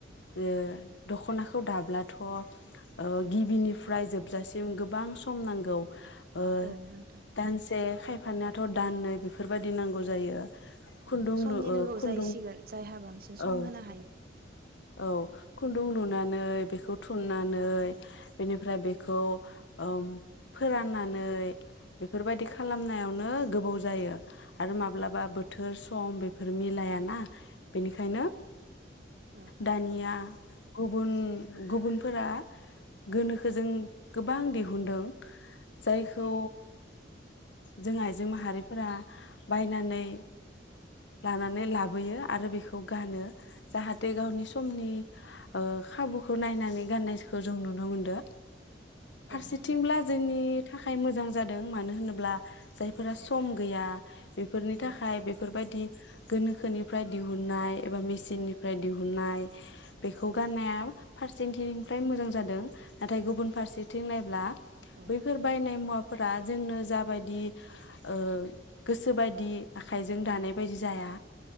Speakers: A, on the left; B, on the right.
A: यो दख'नाखौ दाब्ला थ' गिबिनिफ्राय जोबजासिम गोबां सम नांगौ ओ
B: औ नोंथां
A: दानसे खायफानियाथ' दान्नै बेफोरबायदि नांगौ जायो। खुन्दुं
B: औ समनि
A: लु ओ
B: लोगोआव
A: खुन्दुं
B: जाहैसिगोन जायहा बांसिन सम
A: औ
B: होनो हायो।
A: औ खुन्दुं लुनानै बेखौ थुननानै बेनिफ्राय बेखौ ओम फोराननानै बेफोरबायदि खालामनायावनो गोबाव जायो आरो माब्लाबा बोथोर सम बेफोर मिलायाना बेनिखायनो
B: औ
A: दानिया गुबुन गुबुनफोरा गोनोखो जों गोबां दिहुन्दों जायखौ जों आइजो माहारिफोरा बायनानै लानानै लाबोयो आरो बेखौ गानो जाहाथे गावनि समनि ओ खाबु खौ नायनानै गाननायजखौ जों नुनो मोन्दो फारसेथिंब्ला
B: औ नोंथां
A: जोंनि थाखाय मोजां जादों मानो होनोब्ला जायफोरा सम गैया बेफोरनि
B: औ
A: थाखाय बेफोरबायदि गोनोखोनिफ्राय दिहुननाय एबा मेचिननिफ्राय दिहुननाय बेखौ
B: औ
A: गाननाया फारसेनथिंफ्राय मोजां जादों नाथाय गुबुन फारसेथिं नायब्ला
B: औ
A: बैफोर बायनाय मुवाफ फोरा जोंनो जाबायदि ओ गोसोबायदि आखाइजों दानाय बायदि जाया।